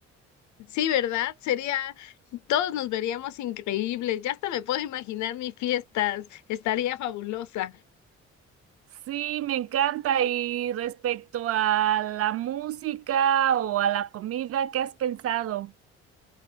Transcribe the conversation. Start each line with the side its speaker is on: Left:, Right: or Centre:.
Left: Sí, ¿verdad? Sería, todos nos veríamos increíbles. Ya hasta me puedo imaginar mis fiestas. Estaría fabulosa.
Right: Sí, me encanta. Y respecto a la música o a la comida, ¿qué has pensado?